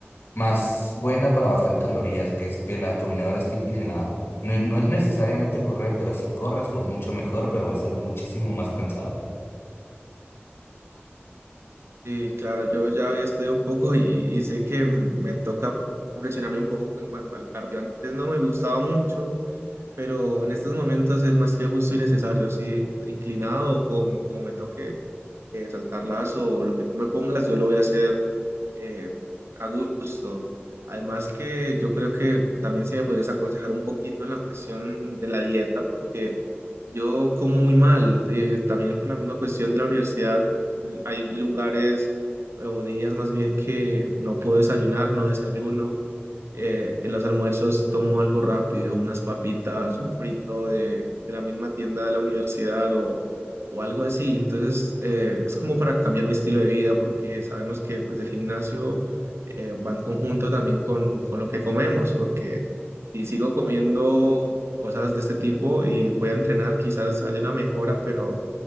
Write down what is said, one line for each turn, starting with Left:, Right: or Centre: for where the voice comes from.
Left: más buena para bajar calorías, que es que la caminadora esté inclinada. No, no es necesariamente correr, pero si corres, pues mucho mejor, pero va a ser muchísimo más cansado.
Right: Y claro, yo ya había estudiado un poco y, y sé que me toca presionarme un poco en cuanto al cardio. Antes no me gustaba mucho pero en estos momentos es más que justo y necesario, sí, inclinado como, como me toque eh, saltar lazo o lo que tú me pongas, yo lo voy a hacer eh, a gusto. Además que yo creo que también si me podrías aconsejar un poquito en la cuestión de la dieta, porque yo como muy mal, eh, también por la misma cuestión de la universidad, l- hay lugares eh, o días más bien que no puedo desayunar, no desayuno. Eh, en los almuerzos tomo algo rápido, unas papitas, un frito de, de la misma tienda de la universidad o o algo así. Entonces, eh, es como para cambiar mi estilo de vida, porque sabemos que pues el gimnasio eh, va en conjunto también con, con lo que comemos, porque si sigo comiendo cosas de este tipo y voy a entrenar, quizás haya una mejora, pero